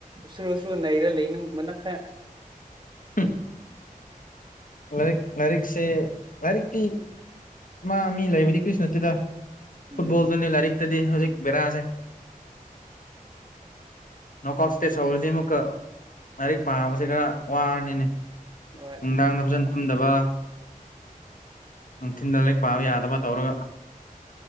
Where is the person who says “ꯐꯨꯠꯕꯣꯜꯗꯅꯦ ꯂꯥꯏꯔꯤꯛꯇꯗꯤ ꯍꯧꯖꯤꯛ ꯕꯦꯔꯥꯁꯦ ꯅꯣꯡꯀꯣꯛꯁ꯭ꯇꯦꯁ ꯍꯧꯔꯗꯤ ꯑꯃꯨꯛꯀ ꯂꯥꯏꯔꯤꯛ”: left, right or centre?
Left